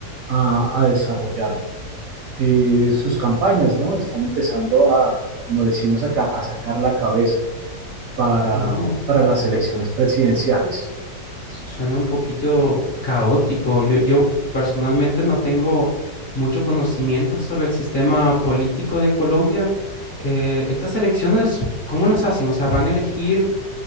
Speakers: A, on the right (about 70°); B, on the left (about 50°).
A: a, a desarrollar eh, sus campañas, ¿no? Están empezando a, como decimos acá, a sacar la cabeza para,
B: Oh,
A: para las elecciones presidenciales.
B: su- suena un poquito caótico. Yo, yo personalmente no tengo mucho conocimiento sobre el sistema político de Colombia. Eh, estas elecciones, ¿cómo las hacen? O sea, ¿van a elegir?